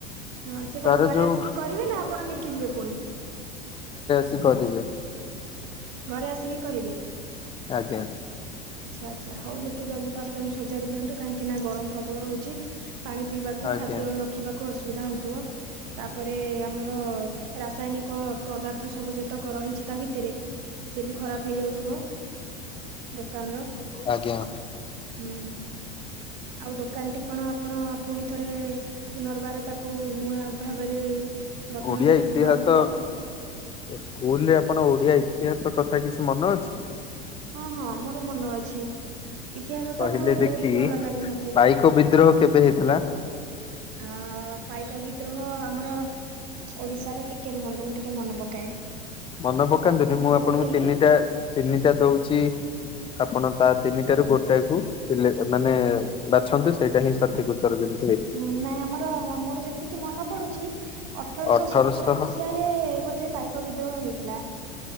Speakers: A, on the right; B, on the left.
A: ହଁ ସେ କଣ
B: ତାର
A: ଘରେ
B: ଯୋଉ
A: ଆସିକି କରିବେ ନା ଆପଣ ନେଇକି ଯିବେ ପୁଣି।
B: କି କରିବେ।
A: ଘରେ ଆସିକି କରିବେ।
B: ଆଜ୍ଞ।
A: ଆଚ୍ଛା ଆଚ୍ଛା ହଉ ଯେତେ ଜଲ୍ଦି ପାରୁଚନ୍ତି ସଜାଡି ଦିଅନ୍ତୁ କାହିଁକି ନା ଗରମ ପ୍ରବଳ ହୋଉଚି। ପାଣି ପିଇବାକୁ
B: ଆଜ୍ଞା
A: ଖାଦ୍ୟ ରଖିବାକୁ ଅସୁବିଧା ହଉଥିବ। ତାପରେ ଆମର ରାସାୟନିକ ପଦାର୍ଥ ସବୁ ଯେତ୍ ତକ ରହିଚି ତା ଭିତରେ ସେ ବି ଖରାପ ହେଇଯାଉଥିବ। ଦୋକାନ ର
B: ଆଜ୍ଞା
A: ହୁଁ। ଆଉ ଦୋକାନଟି କଣ ଆପଣ ପୁଣି ଥରେ ପୁନର୍ବାର ତାକୁ ନୂଆ ଭାବରେ ଗଠନ
B: ଓଡିଆ
A: କରିବାକୁ
B: ଇତିହାସ
A: ଭାବୁଥିଲେ।
B: ଓ ସ୍କୁଲ ରେ ଆପଣ ଓଡିଆ ଇତିହାସ କଥା କିଛି ମନେ ଅଛି।
A: ହଁ ହଁ ମୋର ମନ ଅଛି ଇତିହାସ
B: କହିଲେ
A: ତ ମୋର
B: ଦେଖି
A: ବହୁତ ଭଲ ଲାଗେ ମତେ।
B: <unintelligible> ବିଦ୍ରୋହ କେବେ ହେଇଥିଲା।
A: ଅ ପାଇକ ବିଦ୍ରୋହ ଆମର ଓଡିଶାରେ ଟିକେ ରୁହନ୍ତୁ ମୁଁ ଟିକେ ମନେ ପକାଏ।
B: ମନ ପକାନ୍ତୁନି
A: ପାଇକ ବିଦ୍ରୋହଟି
B: ମୁଁ ଆପଣଙ୍କୁ ତିନିଟା ତିନିଟା ଦୋଉଚି। ଆପଣ ତା ତିନିଟା ରୁ ଗୋଟାଏ କୁ ସିଲେ ମାନେ ବାଛନ୍ତୁ ସେଇଟା ହିଁ ସଠିକ ଉତ୍ତର ଜେମି
A: ହୁଁ ନାଇଁ ଆମର ମ ମୋର ଯେତିକି ମନ ପଡୁଚି ଅଠରଶ
B: ଅଠରଶହ
A: ସତର ମସିହା ରେ ବୋଧେ ପାଇକ ବିଦ୍ରୋହ ହେଇଥିଲା।